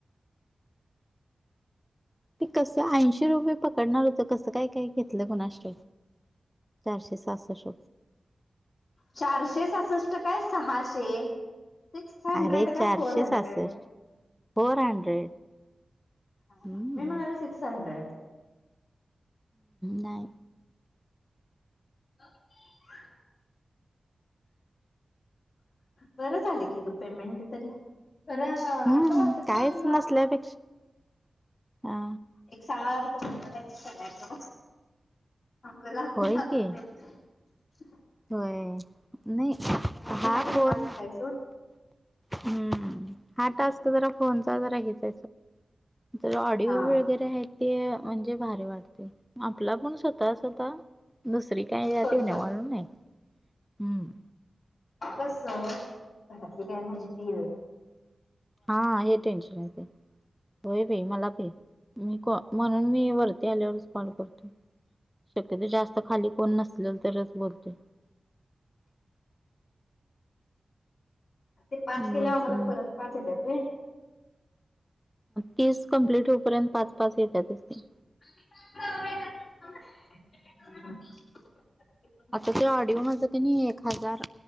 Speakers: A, in the centre; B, on the left.
A: ते कसं ऐंशी रुपये पकडणार होतं कस काय काय घेतलं क चारशे सातासष्ट
B: चारशे सासष्ट काय सहाशे सिक्स हंड्रेड
A: अरे
B: काय
A: चारशे
B: फोर हंड्रेड
A: सहासष्ट फोर हंड्रेड
B: ह
A: हम्म.
B: मेम सिकक्स हड्रेड
A: नाही
B: हो बरं झाले की ग पेमेंट तरी खरं
A: हम्म
B: असं वाटत
A: काहीच
B: नाही तुला
A: नसल्यापेक्षा हा
B: एक सारखं बण ब जायचं सगळ्यासोबत आप लागगल,
A: होय की
B: <inaudible>
A: होय नाही
B: म्हणून
A: हा
B: तो
A: कोण.
B: टास्क आहे सोड
A: हम्म हा टास्क जरा फोनचा जरा घेत. ज ऑडिओ
B: हा
A: वगैरे आहे ते म्हणजे भारी वाटते. आपला पण स्वतः स्वतः दुसरी काही जाती
B: करू
A: नवालय हम्म.
B: कस घरातले काय माहिती.
A: हा हे टेन्शन आहे ते होय भ मला भ. मी म्हणून मी वरती आल्यावरच कॉल करते. तसंच जास्त खाली कोण नसलेल तरच बोलते.
B: ते पाच
A: उगाच
B: केल्यावर आम्हाला
A: मग
B: परत पाच येत्या.
A: तीस कम्प्लीिट होऊपर्यंत पाच पाच येत्यासती.
B: हो.
A: आता ते ऑडिओ माझ का नाही एक हजार.